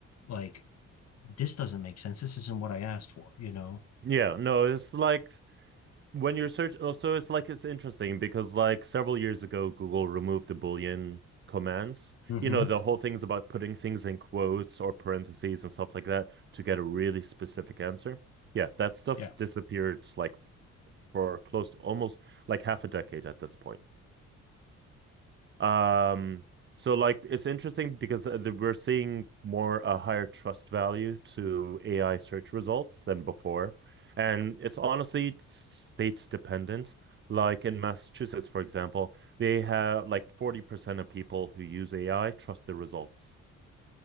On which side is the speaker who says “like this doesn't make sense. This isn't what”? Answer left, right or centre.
Left